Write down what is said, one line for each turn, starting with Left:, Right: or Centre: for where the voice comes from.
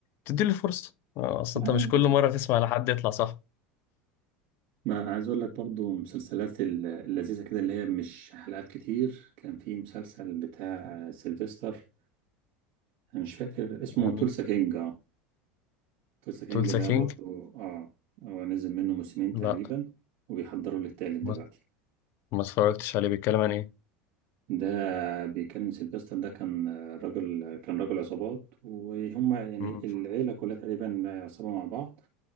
Left: بتديله الفرصه آه،
Right: <laughs>
Left: اصل
Right: لا
Left: انت مش كل مره تسمع لحد يطلع صح
Right: ما عايز اقول لك برضو مسلسلات ال- اللذيذه كده اللي هي مش حلقات كتير كان في مسلسل بتاع سيلفستر انا مش فاكر اسمه
Left: آه، مين
Right: تولسا كينج اه تولسا كينج
Left: تولسا
Right: ده
Left: كينج
Right: برضو اه هو نزل منه موسمين
Left: لا
Right: تقريبا وبيحضروا للتالت
Left: ما,
Right: دلوقتي
Left: ما اتفرجتش عليه بيتكلم عن ايه
Right: ده بيكلم سيلفستر ده كان آه، راجل كان راجل عصابات وهم يعني
Left: مم.
Right: العيله كلها تقريبا عصابه مع بعض